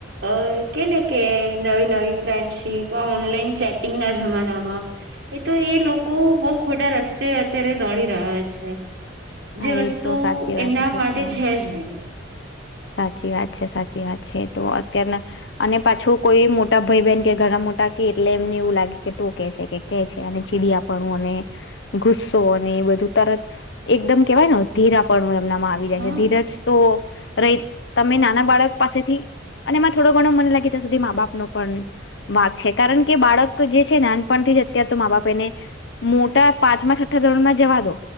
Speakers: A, on the right; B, on the left.
A: અ કે ને કે નવી નવી ફ્રેન્ડશી <unintelligible> પણ ઓનલાઈન ચેટિંગના જમાનામાં, એ તો એ લોકો બો ખોટા રસ્તે અત્યારે દોડી રહ્યા છે.
B: હા
A: જે વસ્તુ
B: એ તો સાચી વાત
A: એમના
B: છે સાચી
A: માટે
B: વાત
A: છે જ નહી.
B: સાચી વાત છે, સાચી વાત છે, તો અત્યારના અને પાછું કોઈ મોટા ભઈ બેન કે ઘણા મોટા કે એટલે એમને એવું લાગે કે ટોકે છે કે કે છે અને ચીડિયાપણું અને ગુસ્સો અને એ બધું તરત એકદમ કેવાય ને અધીરાપણું એમ એમનામાં આવી જાય
A: હા
B: છે, ધીરજ તો રે તમે નાના બાળક પાસેથી અને એમાં થોડો ઘણો મને લાગે ત્યાં સુધી મા- બાપનો પણ વાક છે, કારણ કે બાળક જે છે નાનપણથી જ અત્યાર તો મા- બાપ એને મોટા પાંચમા, છઠ્ઠા ધોરણમાં જવા દો,